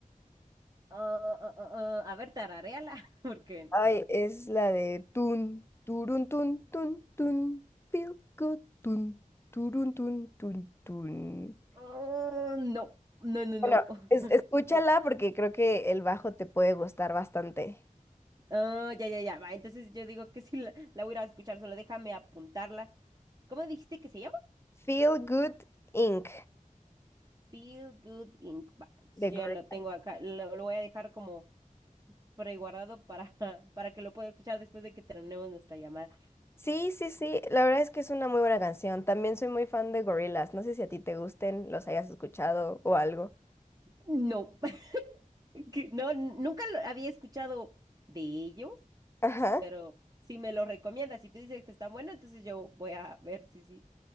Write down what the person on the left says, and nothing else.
Ay,
es la de tun, turun, tun, tun, tun, feel good, tun, turun, tun, tun, tun.
Bueno, es- escúchala porque creo que el bajo te puede gustar bastante.
Feel Good Inc.
de
Gorillaz.
Sí, sí, sí, la verdad es que es una muy buena canción. También soy muy fan de Gorillaz. No sé si a ti te gusten, los hayas escuchado o algo.
Ajá.